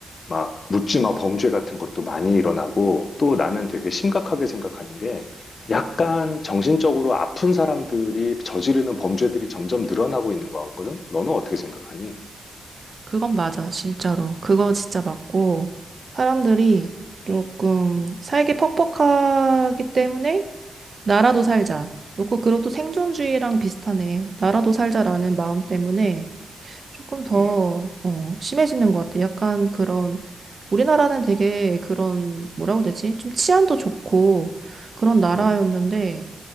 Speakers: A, on the left; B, on the right.
A: 막 묻지마 범죄 같은 것도 많이 일어나고 또 나는 되게 심각하게 생각하는 게 약간 정신적으로 아픈 사람들이 저지르는 범죄들이 점점 늘어나고 있는 것 같거든. 너는 어떻게 생각하니?
B: 그건 맞아, 진짜로. 그거 진짜 맞고 사람들이 조금 살기 퍽퍽하기 때문에 나라도 살자. 그리고 그것도 생존주의랑 비슷하네. 나라도 살자라는 마음 때문에 조금 더,
A: 음,
B: 어, 심해지는 것 같아. 약간 그런, 우리나라는 되게 그런, 뭐라고 해야 되지? 좀 치안도 좋고 그런 나라였는데,
A: 음,